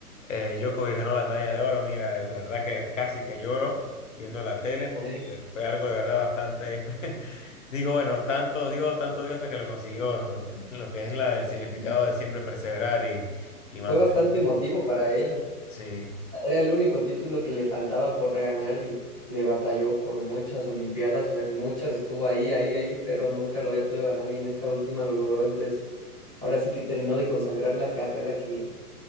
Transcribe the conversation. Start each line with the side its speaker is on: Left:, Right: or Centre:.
Left: eh, Djokovic ganó la medalla de oro. Mira, de verdad que casi que lloro viendo la tele porque
Right: Sí.
Left: fue algo de verdad bastante... <laughs> Digo, bueno, tanto digo, tanto digo hasta que lo consiguió, lo que, lo que es la, el significado
Right: Sí.
Left: de siempre perseverar y, y mantenerse.
Right: Fue bastante emotivo para él.
Left: Sí.
Right: Era el único título que le faltaba por ganar y le batalló por muchas Olimpiadas, o sea, en muchas estuvo ahí, ahí, ahí, pero nunca lo había podido ganar y en esta última lo logró, entonces ahora sí que terminó de consagrar la carrera que,